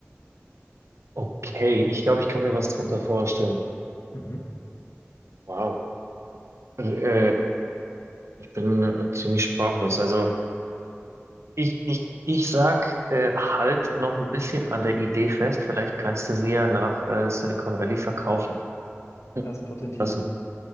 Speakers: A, on the right; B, on the left.
A: Okay, ich glaube, ich kann mir was drunter vorstellen.
B: Mhm.
A: Wow. Äh, äh, ich bin äh, ziemlich sprachlos. Also. Ich, ich, ich sag, äh, halt noch ein bisschen an der Idee fest. Vielleicht kannst du sie ja nach äh, Silicon Valley verkaufen. <laughs>
B: Erst patentieren.
A: Das